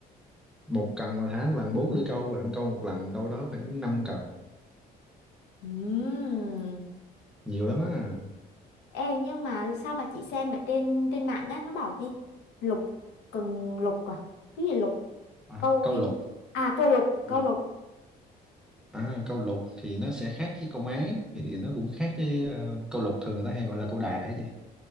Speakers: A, in the centre; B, on the left.
A: một cần mà thả một lần bốn lưỡi câu và em câu một lần đâu đó khoảng năm cần
B: Ừm.
A: nhiều lắm á
B: Ê nhưng mà sao mà chị xem ở trên trên mạng á nó bảo gì? Lục cần lục à? Cái gì lục?
A: à,
B: Câu
A: câu
B: gì?
A: lục
B: À câu lục, câu
A: lục
B: lục.
A: À, câu lục thì nó sẽ khác với câu máy thì nó cũng khác với ờ, câu lục thường người ta hay gọi là câu đài á chị